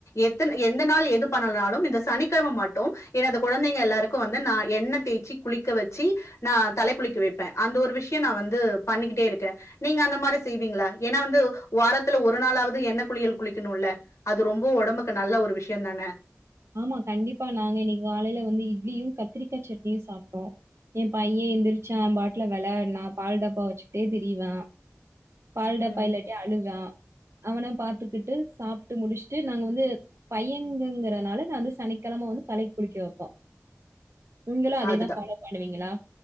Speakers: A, on the left; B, on the right.
A: எத்தன எந்த நாள் எது பண்ணலனாலும் இந்த சனி <unintelligible> மாட்டோ ஏன்னா அந்த கொழந்தைங்க எல்லாருக்கும் வந்து நான் எண்ணெய தேச்சு குளிக்க வெச்சு நான் தலை குளிக்க வெப்பே அந்த ஒரு விஷயோ நா வந்து பண்ணிக்கிட்டே இருக்கே நீங்க அந்த மாதிரி செய்வீங்களா ஏன்னா வந்து வாரத்துல ஒரு நாளாவது எண்ணெய் குளியல் குளிக்கணோல அது ரொம்ப ஒடம்புக்கு நல்ல ஒரு விஷயோ தானே
B: ஆமா கண்டிப்பா நாங்க இன்னிக்கு காலைல வந்து இட்லியும் கத்திரிக்கா சட்னியு சாப்ட்டோ ஏ பைய எந்திரிச்சன் அவன்பாட்ல வெளாடினா பால் டாப்பா வெச்சுகிட்டே திரியுவா பால்டப்பா
A: ம்
B: இல்லாட்டி அழுவான் அவன பாத்துக்கிட்டு சாப்பிட்டு முடிச்சுட்டு நாங்க வந்து பையங்கங்கறதுனால நான் வந்து சனிக்கிழமை வந்து தலைக்கு குளிக்க வெப்போம் நீங்களும் அதேதா
A: அதுதான்
B: ஃபாலோ பண்ணுவீங்களா